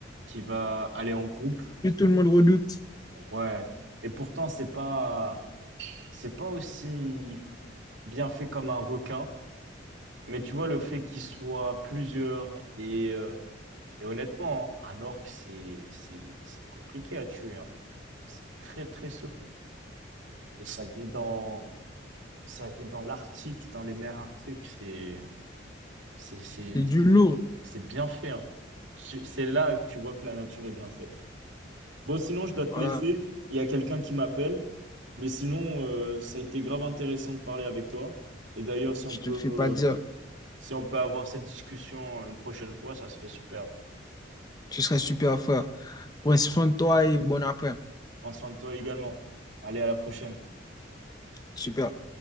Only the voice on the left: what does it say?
que tout le monde redoute,
c'est du lourd.
Voilà,
je
te le fais pas
dire.
Tu serais super fort Prends soin de toi et bon après.
Super.